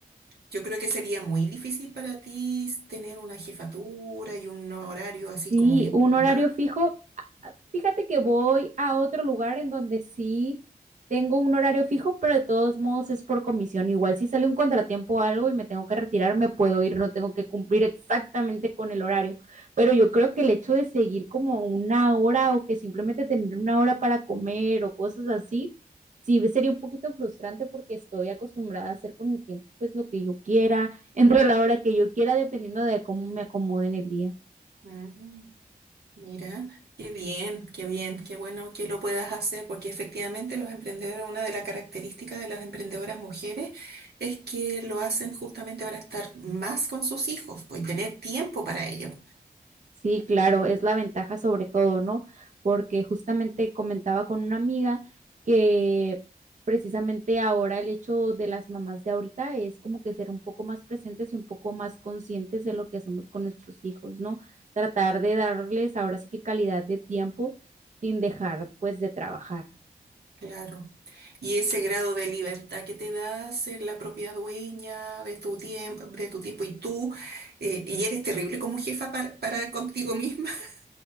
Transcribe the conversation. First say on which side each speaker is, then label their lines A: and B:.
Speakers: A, on the right; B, on the right.
A: Yo creo que sería muy difícil para ti tener una jefatura y un horario así
B: Sí,
A: como bien
B: un
A: formal.
B: horario fijo Fíjate que voy a otro lugar en donde sí tengo un horario fijo, pero de todos modos es por comisión. Igual si sale un contratiempo o algo y me tengo que retirar, me puedo ir, no tengo que cumplir exactamente con el horario. Pero yo creo que el hecho de seguir como una hora o que simplemente tener una hora para comer o cosas así, sí sería un poquito frustrante porque estoy acostumbrada a hacer con mi tiempo pues lo que yo quiera, <laughs> entre la hora que yo quiera, dependiendo de cómo me acomode en el día.
A: Mm. Mira, qué bien, qué bien, qué bueno que lo puedas hacer, porque efectivamente los emprendedores, una de las características de las emprendedoras mujeres es que lo hacen justamente para estar más con sus hijos, pues, y tener tiempo para ello.
B: Sí, claro, es la ventaja sobre todo, ¿no? Porque justamente comentaba con una amiga que precisamente ahora el hecho de las mamás de ahorita es como que ser un poco más presentes y un poco más conscientes de lo que hacemos con nuestros hijos, ¿no? Tratar de darles ahora sí que calidad de tiempo sin dejar pues de trabajar.
A: Claro. Y ese grado de libertad que te da ser la propia dueña de tu tiempo, de tu tiempo y tú, eh, y eres terrible como jefa para, para contigo misma. <laughs>